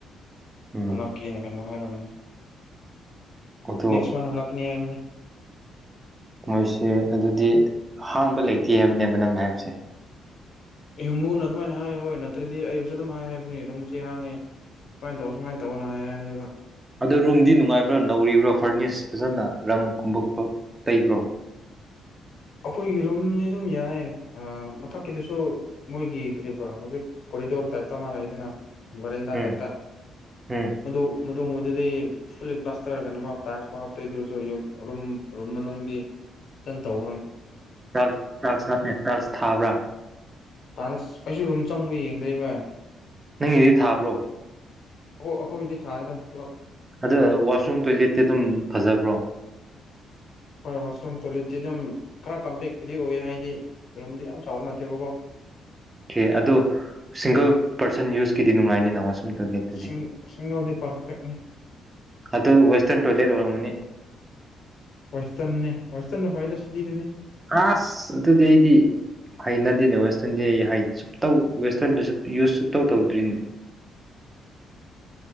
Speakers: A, on the right; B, on the left.
A: ꯎꯝ
B: ꯍꯜꯂꯣꯀꯦꯅ ꯀꯩꯅꯣ ꯍꯥꯏꯔꯝꯃꯅꯤ
A: ꯑꯗꯣ
B: ꯅꯦꯛꯁ ꯃꯟ ꯍꯂꯛꯅꯤ ꯍꯥꯏꯅꯦ
A: ꯃꯣꯏꯁꯦ ꯑꯗꯨꯗꯤ ꯍꯥꯡꯕ ꯂꯩꯇꯦ ꯍꯥꯏꯕꯅꯦꯕ ꯅꯪꯅ ꯍꯥꯏꯕꯁꯦ
B: ꯌꯨꯝꯕꯨꯨꯅ ꯑꯗꯨꯃꯥꯏꯅ ꯍꯥꯏ ꯍꯣꯏ ꯅꯠꯇ꯭ꯔꯗꯤ ꯑꯩꯨꯁꯨ ꯑꯗꯨꯝ ꯍꯥꯏ ꯍꯥꯏꯕꯅꯤ ꯔꯨꯝꯁ ꯍꯥꯡꯉꯦ ꯁꯃꯥꯏ ꯇꯧ ꯁꯃꯥꯏ ꯇꯧꯅꯅꯦ
A: ꯑꯗꯣ ꯔꯨꯝꯗꯤ ꯅꯨꯡꯉꯥꯏꯕ꯭ꯔꯥ ꯅꯧꯔꯤꯕ꯭ꯔꯥ ꯐꯔꯅꯤꯁ ꯐꯖꯅ ꯔꯪꯒꯨꯝꯕ ꯈ ꯂꯩꯕ꯭ꯔꯣ
B: ꯑꯩꯈꯣꯏꯒꯤ ꯔꯨꯝꯗꯤ ꯑꯗꯨꯝ ꯌꯥꯏ ꯃꯊꯛꯀꯤꯗꯁꯨ ꯃꯣꯏꯒꯤ ꯀ ꯍꯧꯖꯤꯛ ꯍꯔꯗꯣꯔ ꯇꯥꯏꯇ ꯃꯥꯅ ꯃꯔꯗ
A: ꯎꯝ
B: ꯇꯥꯏꯠꯇ
A: ꯎꯝ
B: ꯃ ꯃꯣꯡꯕꯗꯨꯗꯤ ꯐꯨꯜꯂꯤ ꯄ꯭ꯂꯥꯁꯇꯔ ꯀꯩꯅꯣꯃ ꯇꯥꯏꯁ ꯐꯥꯎ ꯍꯥꯞꯇꯣꯏꯗ ꯑꯣꯏꯔꯁꯨ ꯔꯨꯝ ꯔꯨꯝ ꯃꯅꯨꯡ ꯆꯟ ꯇꯧ
A: ꯆ ꯆꯜꯁꯦ ꯇꯜꯁ ꯊꯥꯕ꯭ꯔꯥ
B: ꯇꯅ ꯑꯩꯁꯨ ꯑꯗꯨꯨꯝ ꯆꯪꯕ ꯌꯦꯡꯗꯣꯏꯕ
A: ꯅꯪ ꯏꯗꯤ ꯊꯥꯕ꯭ꯔꯣ
B: ꯑꯩꯈ ꯑꯩꯈꯣꯏꯗꯤ ꯊꯥꯗ ꯄꯨꯂꯞ
A: ꯑꯗ ꯋꯥꯁꯔꯨꯝ ꯇꯣꯏꯂꯦꯠꯇꯤ ꯑꯗꯨꯝ ꯐꯖꯕ꯭ꯔꯣ
B: ꯍꯣꯏ ꯋꯥꯁꯔꯨꯝ ꯇꯣꯏꯂꯦꯠꯇꯤ ꯑꯗꯨꯝ ꯈꯔ ꯀꯝꯄꯦꯛꯄꯨꯗꯤ ꯑꯣꯏ ꯍꯥꯏꯗꯤ ꯔꯨꯝꯗꯤ ꯌꯥꯝ ꯆꯥꯎꯕ ꯅꯠꯇꯦꯕꯀꯣ <inaudible>
A: ꯑꯣꯀꯦ ꯑꯗꯣ ꯁꯤꯡꯒꯜ ꯄꯔꯁꯟ ꯌꯨꯁꯀꯤꯗꯤ ꯅꯨꯡꯉꯥꯏꯅꯤ ꯅꯃ ꯁ ꯇꯣꯏꯂꯦꯠꯗꯤ
B: ꯁꯤꯡ ꯁꯤꯡꯒꯜꯗꯤ ꯄꯔꯐꯦꯛꯅꯤ
A: ꯑꯗꯨ ꯋꯦꯁꯇꯔꯟ ꯇꯣꯏꯂꯦꯠ ꯑꯣꯏꯔꯅꯤ <inaudible>
B: ꯍꯁꯇꯥꯟꯅꯦ ꯍꯁꯇꯥꯟꯅ ꯍꯅ ꯁꯤꯗꯅꯦ
A: ꯑꯁ ꯑꯗꯨꯗꯤ ꯑꯩꯗꯤ ꯍꯩꯅꯗꯦꯅꯦ ꯋꯦꯁꯇꯔꯟꯗꯤ ꯑꯩ ꯁꯇꯧ ꯋꯦꯁꯇꯔꯟꯗ ꯌꯨꯁ ꯁꯨꯞꯇꯧ ꯇꯧꯗ꯭ꯔꯤꯅꯤ